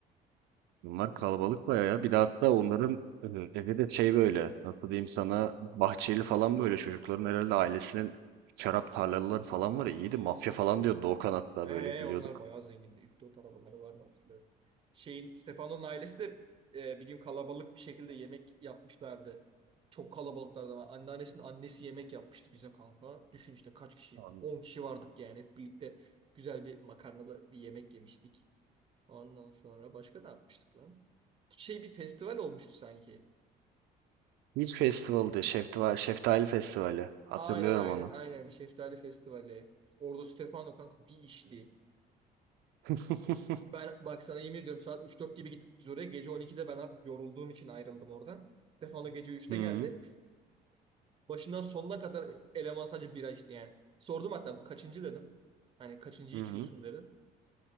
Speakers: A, on the right; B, on the right.
A: Bunlar kalabalık bayağı ya. Bir de hatta onların e, evi de şey böyle nasıl diyeyim sana bahçeli falan böyle çocukların herhalde ailesinin şarap tarlaları falan var. ya, iyiydi
B: Hmm.
A: mafya falan diyor Doğukan hatta
B: Ee,
A: böyle gülüyorduk.
B: onlar bayağı zengindi. Üç 4 arabaları vardı hatırlıyorum. Şeyin Stefano'nun ailesi de e, bir gün kalabalık bir şekilde yemek yapmışlardı. Çok kalabalıklardı ama anneannesinin annesi yemek yapmıştı bize kanka. Düşün işte kaç kişi?
A: An-
B: on kişi vardık yani. Hep birlikte güzel bir makarnalı bir yemek yemiştik. Ondan sonra başka ne yapmıştık lan? Şey bir festival olmuştu sanki.
A: Beach Festival'dı. Şeftali, Şeftali Festivali. Hatırlıyorum
B: Aynen aynen
A: onu.
B: aynen Şeftali Festivali. Orada Stefano kanka bir işli.
A: <laughs>
B: Ben bak sana yemin ediyorum saat üç dört gibi gittik biz oraya. Gece 12'de ben artık yorulduğum için ayrıldım oradan. Stefano gece üçte
A: Hı hı.
B: geldi. Başından sonuna kadar eleman sadece bira içti yani. Sordum hatta kaçıncı dedim. Hani kaçıncı
A: Hı
B: içiyorsun
A: hı.
B: dedim.